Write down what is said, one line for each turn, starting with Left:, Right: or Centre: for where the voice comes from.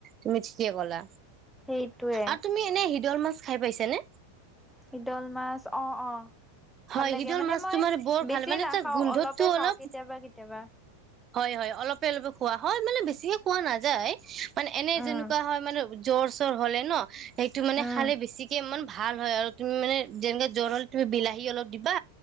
Right: তুমি ঠিকে ক'লা,
Centre: সেইটোৱে
Right: আৰু তুমি এনে সিদল মাছ খায় পাইছা নে?
Centre: সিদল মাছ অ অঁ।
Right: হয়
Centre: ভাল লাগে
Right: শিদল
Centre: মানে
Right: মাছ
Centre: মই
Right: তোমাৰ বৰ
Centre: বেছি
Right: ভাল মানে
Centre: নাখাও
Right: তাৰ গোন্ধতটো
Centre: অলপে খাওঁ
Right: অলপ
Centre: কেতিয়াবা কেতিয়াবা।
Right: হয় হয় অলপে অলপে খোৱা হয়, মানে বেছিকে খোৱা নাযায় মানে এনে
Centre: উম
Right: যেনেকুৱা হয় মানে জ্বৰ চৰ হ'লে ন সেইটো মানে
Centre: উম
Right: খালে বেছিকে ইমান ভাল হয়, আৰু তুমি মানে যেনেকে জ্বৰ হ'ল তুমি বিলাহী অলপ দিবা